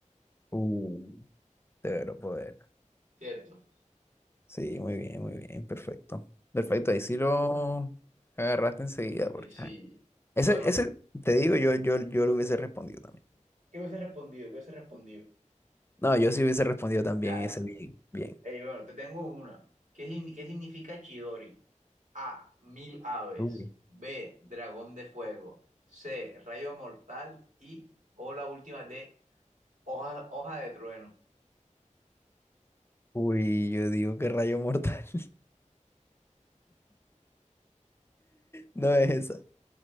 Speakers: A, on the left; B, on the right.
A: Uh, severo poder.
B: ¿Cierto?
A: Sí, muy bien, muy bien, perfecto. Perfecto, ahí sí lo agarraste enseguida, porque
B: Eh, sí.
A: ajá. ese,
B: Bueno,
A: ese, te digo, yo, yo, yo lo hubiese respondido también.
B: ¿qué hubiese respondido? ¿Qué hubiese respondido?
A: No, yo sí hubiese respondido también
B: Claro.
A: ese bien, bien.
B: Ey, bueno, te tengo una. ¿Qué, sin- qué significa Chidori? A. Mil aves.
A: Uy.
B: B. Dragón de fuego. C. Rayo mortal. Y o la última D. Hoja, hoja de trueno.
A: Uy, yo digo que rayo mortal. <laughs> No es esa.